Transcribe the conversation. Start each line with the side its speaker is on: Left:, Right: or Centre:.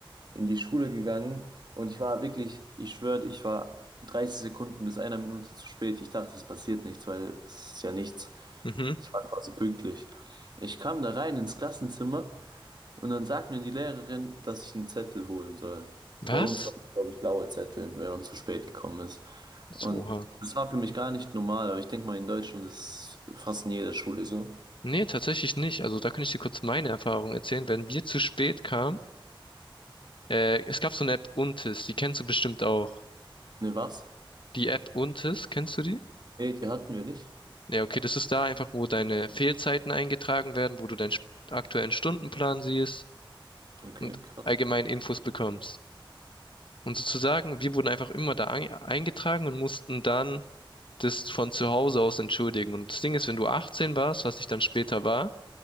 Right: in die Schule gegangen und ich war wirklich, ich schwöre, ich war 30 Sekunden bis einer Minute zu spät. Ich dachte, es passiert nichts, weil es ist ja nichts.
Left: mhm.
Right: Ich war quasi pünktlich. Ich kam da rein ins Klassenzimmer und dann sagt mir die Lehrerin, dass ich einen Zettel holen soll.
Left: Was?
Right: Bei uns war es, glaube ich, blauer Zettel, wenn man zu spät gekommen ist. Und
Left: Oha.
Right: das war für mich gar nicht normal, aber ich denke mal, in Deutschland ist es fast in jeder Schule so.
Left: Nee, tatsächlich nicht. Also da kann ich dir kurz meine Erfahrung erzählen. Wenn wir zu spät kamen, äh, es gab so eine App Untis, die kennst du bestimmt auch.
Right: Ne, was?
Left: Die App Untis, kennst du die?
Right: Nee, die hatten wir nicht.
Left: Ja, okay, das ist da einfach, wo deine Fehlzeiten eingetragen werden, wo du deinen st- aktuellen Stundenplan siehst
Right: Okay,
Left: und
Right: krass.
Left: allgemein Infos bekommst. Und sozusagen, wir wurden einfach immer da ein- eingetragen und mussten dann das von zu Hause aus entschuldigen. Und das Ding ist, wenn du 18 warst, was ich dann später war,